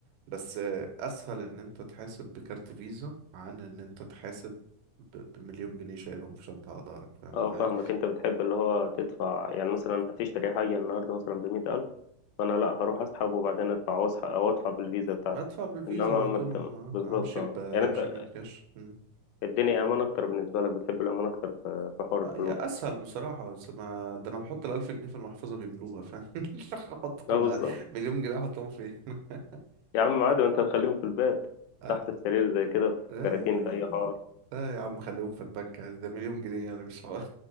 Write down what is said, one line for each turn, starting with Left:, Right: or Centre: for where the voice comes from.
Right: بس آه، أسهل إن أنت تحاسب بكارت فيزا عن إن أنت تحاسب ب- بمليون جنيه شايلهم في شنطة على ظهرك فاهم
Left: آه،
Right: إزاي؟
Left: فاهمك أنت بتحب اللي هو تدفع يعني مثلا هتشتري حاجة النهاردة مثلا بمية ألف ما انا لا هروح اسحب وبعدين ادفع او اسحب او ادفع بالفيزا بتاعتي
Right: ادفع بالفيزا
Left: انما
Right: على
Left: ما
Right: طول
Left: أنت-
Right: أنا
Left: بالظبط
Right: همشي
Left: اه
Right: ب... همشي
Left: يعني انت
Right: بيهم كاش مم.
Left: الدنيا امان اكتر بالنسبه لك بتحب الامان اكتر في في حوار
Right: هي
Left: الفلوس
Right: اسهل بصراحه بس ما ده انا بحط الالف جنيه في المحفظه بيملوها فاهم <laughs> احط
Left: لا بالظبط
Right: مليون جنيه احطهم فين <laughs>
Left: يا عم عادي ما انت هتخليهم في البيت
Right: لا
Left: تحت السرير زي كده في
Right: لا
Left: كراتين في اي حوار
Right: لا يا عم خليهم في البنك عادي ده مليون جنيه يعني مش حوار